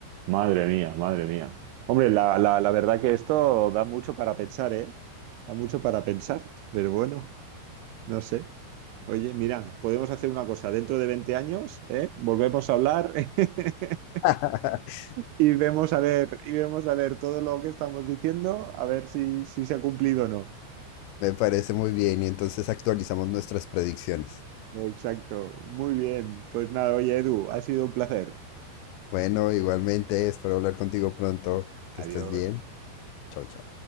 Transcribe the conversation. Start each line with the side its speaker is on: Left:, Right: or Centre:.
Right: Madre mía, madre mía. Hombre, la, la, la verdad que esto da mucho para pensar, ¿eh? Da mucho para pensar, pero bueno, no sé. Oye, mira, podemos hacer una cosa. Dentro de 20 años, ¿eh? Volvemos a hablar <laughs>
Left: <laughs>
Right: y vemos a ver, y vemos a ver todo lo que estamos diciendo, a ver si, si se ha cumplido o no.
Left: Me parece muy bien y entonces actualizamos nuestras predicciones.
Right: Exacto. Muy bien. Pues nada, oye, Edu, ha sido un placer.
Left: Bueno, igualmente, espero hablar contigo pronto. Que estés
Right: Adiós.
Left: bien. Chao, chao.